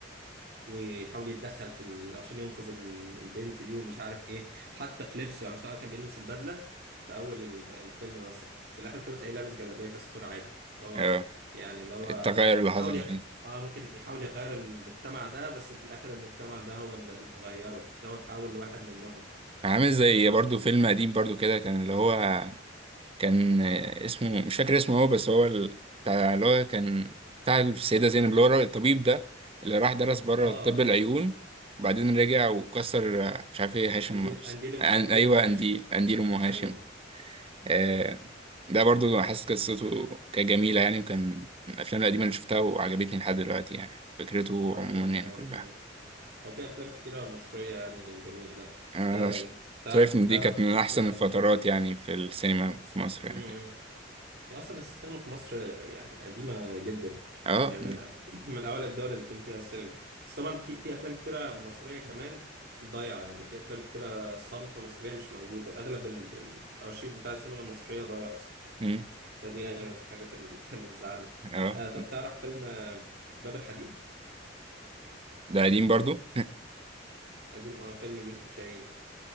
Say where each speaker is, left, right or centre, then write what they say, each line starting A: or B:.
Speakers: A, on the right (about 55°); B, on the right (about 30°).
A: ويحاول يتدخل في ال... عشان ينقذ ال- البنت دي ومش عارف ايه حتى في لبسه يعني مثلا كان بيلبس البدله في اول ال- الفيلم مثلا في الاخر الفيلم تلاقيه لابس جلابيه كاستور عادي اللي هو
B: اه
A: يعني اللي هو
B: التغير
A: ف-
B: اللي
A: حاول
B: حصل
A: يغ...
B: فيه
A: اه ممكن يحاول يغير المجتمع ده بس في الاخر المجتمع ده هو اللي اللي غيره اللي هو اتحول لواحد منهم
B: عامل زي
A: فاهم
B: برضو فيلم قديم برضو كده كان اللي هو كان اسمه مش فاكر اسمه هو بس هو ال- بتاع اللي هو كان بتاع السيدة زينب اللي هو الراجل- الطبيب ده اللي راح درس بره
A: اه
B: طب العيون وبعدين رجع وكسر مش عارف ايه هاشم
A: انديل
B: بس
A: انديل
B: أن...
A: انديل
B: ايوه
A: ام هاشم
B: انديل انديل ام هاشم
A: ايوه
B: آه ده برضو حاسس قصته كانت جميلة يعني وكان من الافلام القديمة اللي شفتها وعجبتني لحد دلوقتي يعني فكرته
A: اه
B: عموما
A: فيلم
B: يعني كلها
A: جميل هو في افلام كتيره مصريه يعني جميله
B: يعني
A: أم،
B: أنا ش-
A: تع-
B: شايف إن
A: تعرف
B: دي كانت من أحسن
A: آه،
B: الفترات يعني في السينما في مصر يعني
A: امم
B: كده
A: هي اصلا السينما في مصر يعني قديمه جدا
B: أه
A: يعني
B: دي-
A: من الأ- من اول الدول اللي كان فيها سينما بس طبعا في في افلام كتيره مصريه كمان ضايعه يعني في افلام كتيره صامته مصريه مش موجوده اغلب ال... ال- الارشيف بتاع السينما المصريه ضايع اصلا
B: مم،
A: فدي يعني من الحاجات ال- <laughs> اللي بتزعلني
B: أه
A: آه طب تعرف فيلم آه، باب الحديد
B: ده قديم برضو
A: قديم اه فيلم ليوسف شاهين